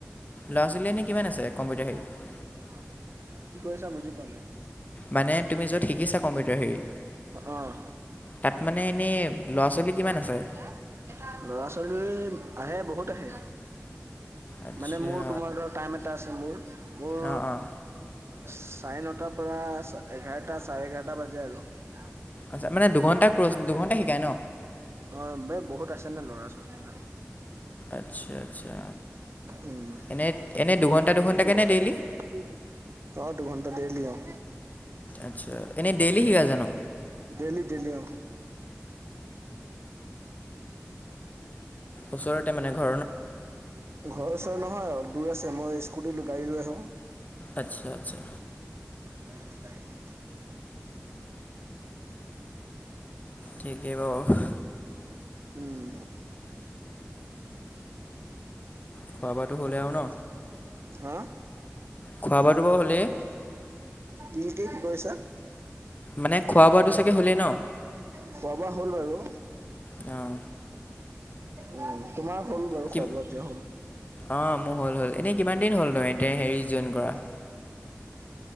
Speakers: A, on the left; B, on the right.
A: ল'ৰা ছোৱালী এনেই কিমান আছে
B: বনাব
A: কম্পিউটাৰ হেৰিত?
B: <inaudible> কি কৈছা বুজি পোৱা নাই?
A: মানে তুমি য'ত শিকিছা কম্পিউটাৰ হেৰি
B: অঁ।
A: তাত মানে এনেই ল'ৰা ছোৱালী
B: এইটো ওৱান
A: কিমান আছে?
B: লৰা ছোৱালী আহে বহুত আহে।
A: আচ্ছা
B: মানে মোৰ, তোমাৰ ধৰা টাইম এটা আছে মোৰ, মোৰ
A: অঁ অঁ
B: চাৰে নতাৰ পৰা এঘাৰটা চাৰে এঘাৰটা বাজে আৰু। <inaudible>
A: আচ্ছ মানে দুঘণ্টা ক্ৰ'জ দুঘণ্টা শিকায় ন?
B: অ বে বহুত আছে নে ল'ৰা ছোৱালী বিলাক।
A: আচ্ছা আচ্ছা।
B: উম,
A: এনেই এনেই
B: এনে
A: দুঘণ্টা দুঘণ্টাকৈ
B: এনেই দুঘণ্টা
A: নে ডেইলি
B: দুঘণ্টা <inaudible> অঁ' দুঘণ্টা ডেইলী অঁ।
A: আচ্ছা এনেই ডেইলি শিকাই জানো?
B: ডেলি ডেলি অঁ।
A: ওচৰতে মানে ঘৰ
B: ঘৰ ওচৰ নহয়, দূৰ আছে মই স্কুটি গাড়ী লৈ আহো।
A: আচ্ছা আচ্ছা।
B: <inaudible>
A: ঠিকেই বাৰু।
B: উম।
A: খোৱা বোৱাটো হ'লেই আৰু ন
B: হা? <inaudible>
A: খোৱা বোৱাটো বাৰু হ'লেই
B: দুটটিত গৈছা?
A: মানে খোৱা বোৱাটো চাগে হ'লেই ন?
B: খোৱা বোৱা হ'ল বাৰু।
A: অঁ।
B: উম, তোমাৰ হ'ল বাৰু
A: কি
B: খোৱা বোৱা এতিয়া হ'ল।
A: অঁ মোৰ হ'ল হ'ল। এনেই কিমান দিন হ'ল তোমাৰ এতিয়া হেৰি জইন কৰা?